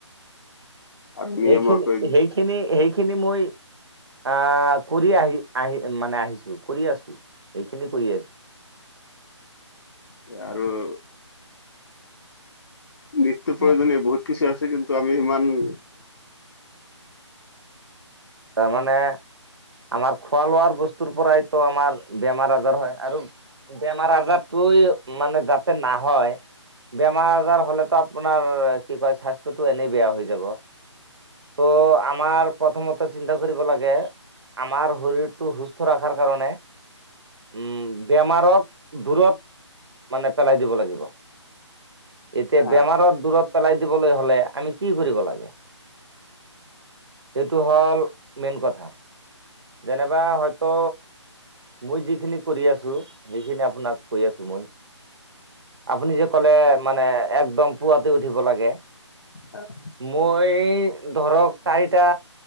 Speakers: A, on the left (about 55°); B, on the right (about 55°).
A: আৰু নিয়মীয়াকৈ
B: এইখিনি সেইখিনি সেইখিনি মই- আঁ কৰি আহি আহি মানে আহিছো কৰি আছো এইখিনি কৰি আছো।
A: সে আৰু- নিট্য প্ৰয়োজনীয়
B: মা
A: বহুত কিছু আছে কিন্তু আমি সিমান-
B: তাৰ মানে- আমাৰ খোৱা লোৱাৰ বস্তুৰ পৰাইতো আমাৰ বেমাৰ আজাৰ হয়, আৰু- বেমাৰ আজাৰটোই মানে যাতে নহয় বেমাৰ আজাৰ হলেতো আপ- পোনাৰ কি কয়, স্বাস্থ্যটো এনেই বেয়া হৈ যাব। ত' আমাৰ প্ৰথমত- ত চিন্তা কৰিব লাগে আমাৰ শৰীৰটো সুস্থ ৰাখাৰ কাৰণে- উম' বেমাৰক দূৰত- মানে পেলাই দিব লাগিব। এতিয়া
A: হা
B: বেমাৰত দূৰত পেলাই দিবলৈ হলে আমি- কি কৰিব লাগে? এইটো হ'ল মেন কথা। যেনেবা হয়তো মই যিখিনি কৰি আছো, সেইখিনি আপোনাক কৰি আছো। মই। আপুনি যে কলে, মানে একদম পুৱাতে উঠিব লাগে।
A: অ'।
B: মই ধৰক চাৰিটা,